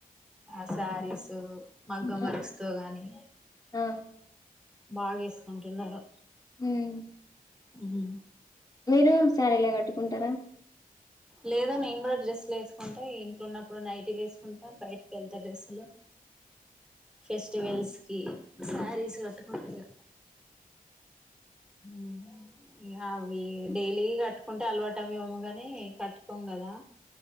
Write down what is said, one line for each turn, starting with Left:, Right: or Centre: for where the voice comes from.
Centre: ఆ శారీస్ మగ్గం
Left: హ్మ్. హ్మ్.
Centre: వర్క్స్ తో గాని
Left: ఆ!
Centre: బాగా ఏసుకుంటున్నారు.
Left: ఉమ్
Centre: ఉహు
Left: మీరు సారిలే కట్టుకుంటరా?
Centre: లేదూ నేను కూడా డ్రస్సులు ఏసుకుంటా, ఇగ ఇంట్లో ఉన్నప్పుడు నైటీలు ఏసుకుంటా, బయటకి కెల్తే డ్రస్సులు. అ ఫెస్టివల్స్ కి సారీస్ కట్టుకుంట ఇగ ఉహు అవి డైలీ కట్టుకుంటే అలవాటు అవ్వు ఏమోగని కట్టుకోం కదా